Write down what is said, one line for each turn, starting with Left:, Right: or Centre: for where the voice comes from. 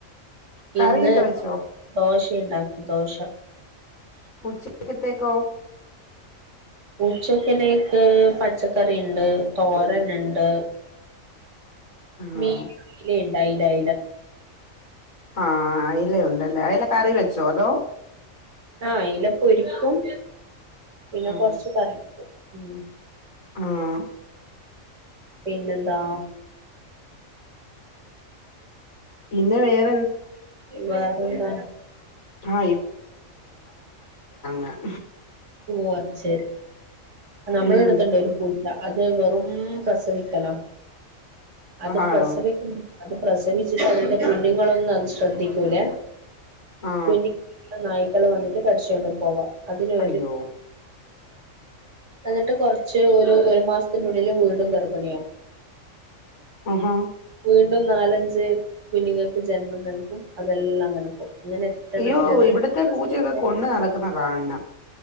Left: കറിയൊക്കെ
Right: ഇന്ന്
Left: വെച്ചോ
Right: ദോശ റിയൊണ്ടാക്കി ദോശ
Left: ഉച്ചക്കത്തേക്കോ?
Right: ഉച്ചക്കലേക്ക് പച്ചക്കറിണ്ട് തോരന്ണ്ട്
Left: ആ
Right: മീൻ ന്ലണ്ടായി ല്ലയ്ല
Left: ആഹ് ല ഉണ്ടല്ലേ അയില കറി വെച്ചോ അതോ?
Right: ആഹ് അയ്ല പൊരിക്കും പിന്നെ
Left: ആ
Right: കൊർച്ച് കറി വയ്ക്കും ഉം
Left: ആഹ്
Right: പിന്നെന്താ?
Left: പിന്നെ വേറെ
Right: വേറെന്താ?
Left: ആ അ
Right: ഓ അത് ശെരി നമ്മളടുത്തണ്ട്‌
Left: ഉം
Right: ഒരു പൂ അത് വെറും പ്രസവിക്കലാ അത്
Left: ആണോ
Right: പ്രസവിക്കു അത് പ്രസവിച്ചിട്ട് അതിന്റെ കുഞ്ഞുങ്ങളെന്നും അത് ശ്രദ്ധിക്കൂലേ
Left: ആ
Right: കുനി നായി വന്നിട്ട് കടിച്ചോണ്ട് പോവാം അതിനൊ
Left: ഓ
Right: എന്നിട്ട് കൊറച്ച് ഒരു ഒരു മാസത്തിനുള്ളില് വീണ്ടും ഗർഭിണിയാവും
Left: ആഹാ
Right: വീണ്ടും നാലഞ്ച് കുഞ്ഞുങ്ങൾക്ക് ജന്മം നൽകും അതെല്ലാം അങ്ങനെ പോകും അങ്ങനെ എത്രണ്ണത്തിനാ
Left: അയ്യോ ഇവിടത്തെ
Right: പ്രസവിച്ചേ
Left: പൂച്ചയൊക്കെ കൊണ്ട് നടക്കുന്ന കാണണം